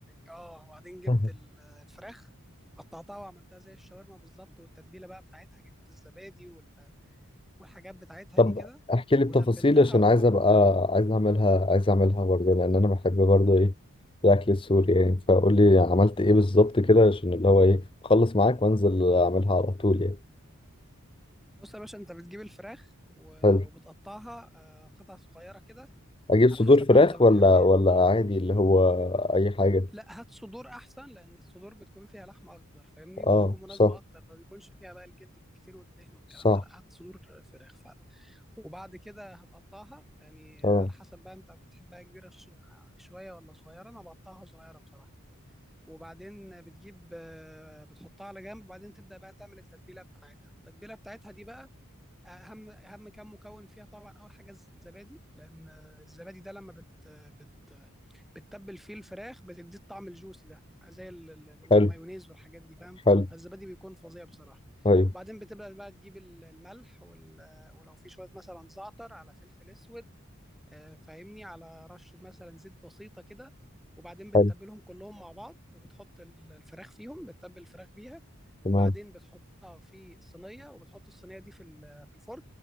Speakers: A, in the centre; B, on the left.
A: اه آه، وبعدين جبت
B: مهم.
A: ال- آه، الفراخ قطعتها وعملتها زي الشاورما بالظبط والتتبيله بقى بتاعتها جبت الزبادي وال- والحاجات بتاعتها
B: طب
A: دي كده
B: احكي لي
A: وتبلتها
B: بتفاصيل عشان
A: وعملتها
B: عايز ابقى عايز اعملها عايز اعملها برضه لان انا بحب برضه ايه الاكل السوري يعني فقول لي عملت ايه بالظبط كده عشان اللي هو ايه اخلص معاك وانزل اعملها على طول يعني
A: بص يا باشا انت بتجيب الفراخ و-
B: حلو
A: وبتقطعها آه، قطع صغيره كده
B: اجيب
A: على
B: صدور
A: حسب
B: فراخ
A: بقى انت بتحب
B: ولا
A: يعني
B: ولا عادي اللي هو اي حاجه
A: لا هات صدور احسن لان الصدور بتكون فيها لحمه اكتر فاهمني وبتكون
B: اه
A: مناسبه
B: صح
A: اكتر ما بيكونش فيها بقى الجلد الكتير والدهن والكلام
B: صح
A: ده لا هات صدور فراخ فعلا وبعد كده هتقطعها يعني
B: اه
A: على حسب بقى انت بتحبها كبيره ش- شويه ولا صغيره انا بقطعها صغيره بصراحه وبعدين بتجيب آه، بتحطها على جنب وبعدين تبدا بقى تعمل التتبيله بتاعتها التتبيله بتاعتها دي بقى اهم اهم كام مكون فيها طبعا اول حاجه الزبادي لان الزبادي ده لما بت بت بتتبل فيه الفراخ بتديه الطعم الجوسي ده زي ال- ال- والمايونيز
B: حلو
A: والحاجات دي فاهم
B: حلو
A: فالزبادي بيكون فظيع بصراحه
B: طيب
A: وبعدين بتبدا بقى تجيب ال- الملح وال- ولو في شويه مثلا زعتر على فلفل اسود آه، فاهمني على رشة مثلا زيت بسيطة كده وبعدين بتتبلهم
B: حلو
A: كلهم مع بعض وبتحط ال- الفراخ فيهم بتتبل الفراخ بيها
B: تمام
A: وبعدين بتحطها في الصينية وبتحط الصينية دي في ال- في الفرن